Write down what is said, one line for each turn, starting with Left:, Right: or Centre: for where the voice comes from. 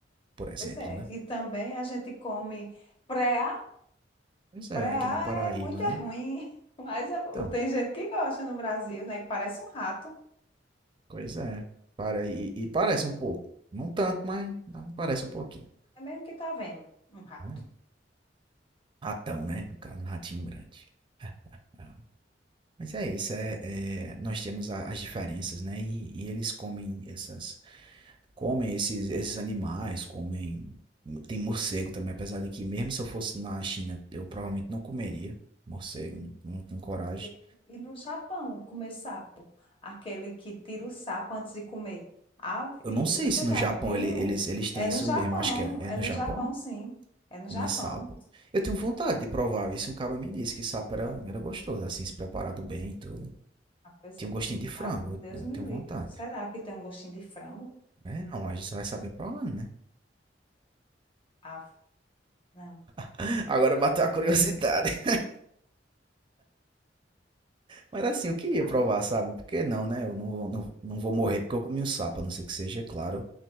Right: por exemplo,
Left: Pois é.
Right: né?
Left: E também a gente come preá.
Right: Pois é,
Left: Preá
Right: aqui na Paraíba,
Left: é muito
Right: né?
Left: é ruim, <laughs> mas eu-
Right: Então,
Left: tem gente que gosta no Brasil, né? Que parece um rato.
Right: coisa é. Para, e, e parece um pouco. Não tanto, mas não, parece um pouquinho.
Left: É mesmo que tá vendo um rato.
Right: Né? Ratão, né? No caso, um ratinho grande. Ah, Mas é isso, é, é- nós temos a- as diferenças, né? E, e eles comem essas, Comem esses, esses animais, comem. Tem morcego também, apesar de que, mesmo se eu fosse na China, eu provavelmente não comeria morcego, não, não tenho coragem.
Left: E, e no Japão, comer sapo, aquele que tira o sapo antes de comer. Ave,
Right: Eu não sei
Left: você
Right: se no
Left: já
Right: Japão
Left: viu?
Right: ele- eles, eles têm
Left: É
Right: isso
Left: no Japão,
Right: mesmo, acho que é, é
Left: é
Right: no
Left: no
Right: Japão,
Left: Japão, sim. É no
Right: comer
Left: Japão.
Right: sapo. Eu tenho vontade de provar, isso um cara me disse que sapo era, era gostoso, assim, se preparado bem e tudo.
Left: Ah, pois
Right: Tinha
Left: é.
Right: um gostinho de frango,
Left: Ah, Deus
Right: eu
Left: me
Right: tenho
Left: livre.
Right: vontade.
Left: Será que tem um gostinho de frango?
Right: É, não, a gente só vai saber provando, né?
Left: Ah, não.
Right: <laughs> Agora bateu a curiosidade. Mas assim, eu queria
Left: Ah,
Right: provar, sabe? Porque não, né? Eu não, não, não vou morrer porque eu comi um sapo, a não ser que seja, claro,